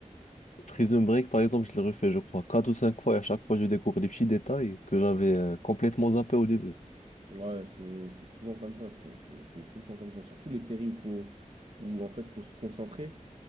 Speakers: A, on the left; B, on the right.
A: Prison Break, par exemple, je l'ai refait, je crois, quatre ou cinq fois. Et à chaque fois, je découvre des petits détails que j'avais euh, complètement zappés au début.
B: Ouais, c'est c'est souvent comme ça, c'est c'est- c'est tout le temps comme ça. Surtout les séries où faut où en fait faut se concentrer.